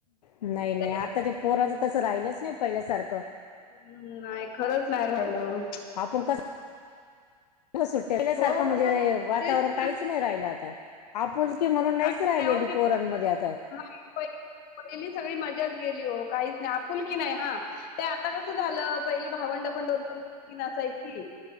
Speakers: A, on the left; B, on the left.
A: नाही नाही
B: ते
A: आताच्या पोराचं, तस राहिलच नाही पहिल्या सारखं. क.
B: हम्म नाही. खरंच नाही राहिलं,
A: आपुण कस सुट्ट्या, पहिल्यासारखं
B: हो
A: म्हणजे
B: हो
A: वातावरण
B: तेच
A: काहीच
B: ना
A: नाही राहिलं आता. आपुलकी. की म्हणून नाहीच
B: काहीच
A: राहिलेली
B: नाही हो ती
A: पोरणमध्ये आता.
B: हां पहिली सगळी मजाच गेली हो, काहीच नाही आपुलकी नाही. हा ते आता कसं झालं पहिली भावंड पण दोन दोन तीन असायची.